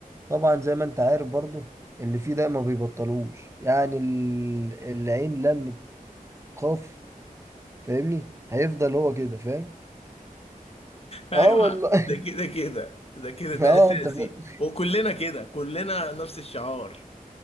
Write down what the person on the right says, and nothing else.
طبعا زي ما انت عارف برضو اللي فيه ده ما بيبطلوش يعني ال- العين لم قاف فاهمني هيفضل هو كده فاهم
اه والله
<laughs>
اه
انت فا-